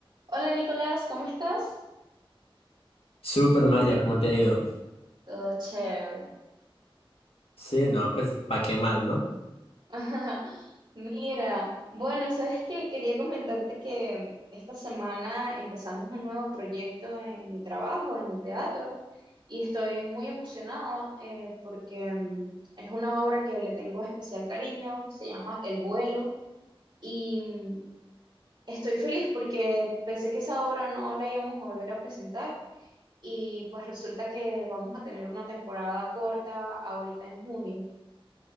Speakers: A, on the right; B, on the left.
A: Hola Nicolás, ¿cómo estás?
B: Super María, ¿cómo te ha ido?
A: Todo chévere.
B: Sí, no, pues, ¿para qué más, no?
A: <laughs> Mira, bueno, sabes que quería comentarte que esta semana empezamos un nuevo proyecto en mi trabajo, en el teatro, y estoy muy emocionada eh, porque mm, es una obra que le tengo especial cariño, que se llama El vuelo, y mm, estoy feliz porque pensé que esa obra no la íbamos a volver a presentar, y pues resulta que vamos a tener una temporada corta ahorita en junio.